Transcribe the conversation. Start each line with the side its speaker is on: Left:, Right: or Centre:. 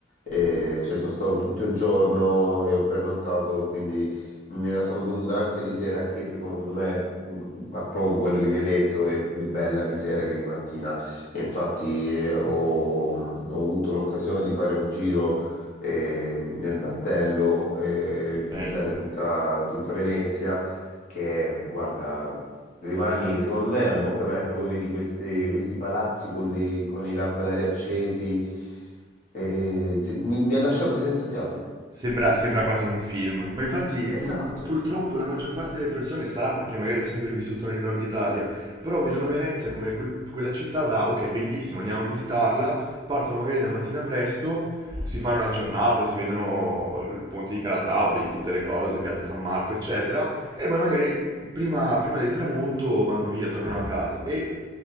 Left: Eh,
Right: Uh,
Left: cioè sono stato tutto il giorno e ho pernottato, e quindi me la sono goduta anche di sera, che secondo me mh, approvo quello che mi hai detto, è più bella di sera che di mattina. E infatti eh, ho, mm, ho avuto l'occasione di fare un giro. eh, nel battello, eh, visitare
Right: bello.
Left: tutta tutta Venezia che guarda, Rimani, secondo me, a bocca aperta, poi vedi queste- questi palazzi con, le- con i lampadari accesi, e- e se- mi, mi ha lasciato senza fiato.
Right: Sembra, sembra quasi un film, ma infatti pur-
Left: Esatto,
Right: purtroppo la maggior parte delle persone sarà perché magari ho sempre vissuto nel nord Italia, però vedono Venezia come quel- quella città da ok, bellissimo, andiamo a visitarla, partono magari la mattina presto, si fanno una giornata, si vedono il ponte di Calatrava, vedi tutte le cose, Piazza San Marco, eccetera, e poi magari prima, prima del tramonto vanno via, tornano a casa e